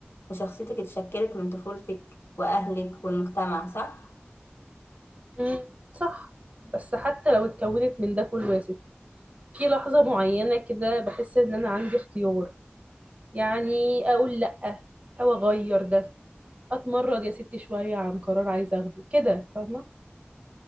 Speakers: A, on the left; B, on the right.
A: وشخصيتك اتشكلت من طفولتك واهلك والمجتمع صح
B: مم. صح بس حتى لو اتكونت من ده كله يا ستي في لحظة معينة كده بحس ان انا عندي اختيار يعني اقول لأ او اغير ده اتمرد يا ستي شوية عن قرار عايزة اخده كده فاهمة